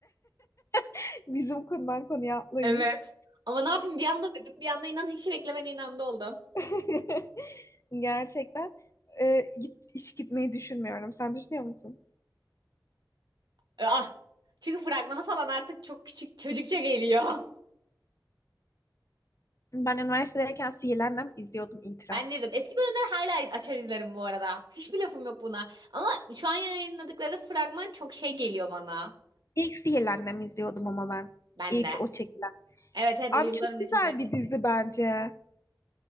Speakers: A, on the left; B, on the right.
A: <laughs> Bizim konudan konuya atlayış.
B: Evet. Ama ne yapayım bir anda dedim. Bir anda inan hiç beklemediğin anda oldu.
A: <laughs> Gerçekten e, git, hiç gitmeyi düşünmüyorum. Sen düşünüyor musun?
B: Ah. Çünkü fragmanı falan artık çok küçük çocukça geliyor.
A: Ben üniversitedeyken Sihirli Annem izliyordum itiraf.
B: Ben dedim. Eski bölümleri hala açar izlerim bu arada. Hiçbir lafım yok buna. Ama şu an yayınladıkları fragman çok şey geliyor bana.
A: İlk Sihirli Annem izliyordum ama ben.
B: Ben
A: İlk
B: de.
A: o çekilen.
B: Evet evet
A: Abi
B: o yıllar
A: çok
B: önce
A: güzel
B: çekilen.
A: bir dizi bence.